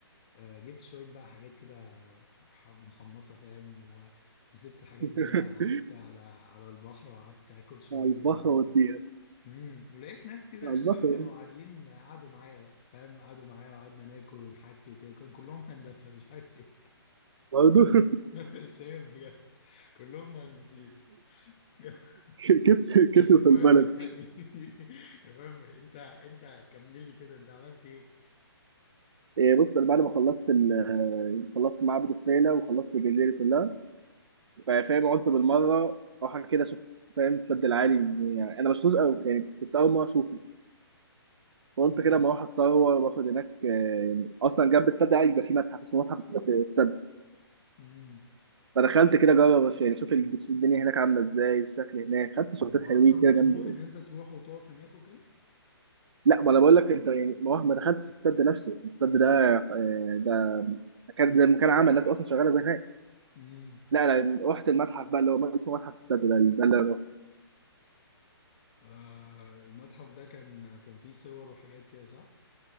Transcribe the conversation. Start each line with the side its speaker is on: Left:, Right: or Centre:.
Left: آه جبت شوية بقى حاجات كده ح- محمصة فاهم و... وسبت الحاجات
Right: <laughs>
Left: دي بقى قعدت على على البحر وقعدت اكل شوية
Right: على البحر
Left: و...
Right: وديها
Left: امم ولقيت ناس كده
Right: على
Left: شباب
Right: البحر
Left: كانوا قاعدين قعدوا معايا بقى فاهم قعدوا معايا وقعدنا ناكل ونحكي وكده وكان كلهم هندسة مش عارف ليه
Right: برضه <laughs>
Left: <laughs> سام بجد كلهم مهندسين <laughs>
Right: كتر كتر
Left: المهم
Right: في البلد
Left: يعني <laughs> المهم انت انت كمل لي كده انت عملت ايه
Right: إيه بص انا بعد ما خلصت ال- خلصت معبد الفيلة وخلصت الجزيرة دي كلها فاهم قلت بالمره اروح كده اشوف فاهم السد العالي يعني انا مش قوي يعني كنت اول مره اشوفه فقلت
Left: امم
Right: كده اما اروح اتصور واخد هناك آه، يعني اصلا جنب السد العالي بيبقى في متحف اسمه متحف السد السد.
Left: امم
Right: فدخلت كده اجرب أش- يعني اشوف ال- الدنيا هناك عامله ازاي الشكل هناك خدت صورتين
Left: هو
Right: حلوين
Left: اصلا مسموح
Right: كده جنب
Left: ان انت تروح وتقف هناك وكده
Right: لا ما انا بقول لك انت يعني ما هو- ما دخلتش السد نفسه السد
Left: اه
Right: ده آه، ده كان زي ما كان عمل ناس اصلا شغاله هناك
Left: امم
Right: لا انا رحت المتحف بقى اللي هو اسمه متحف السد ده ده اللي انا
Left: آه المتحف ده كان كان فيه صور وحاجات كده صح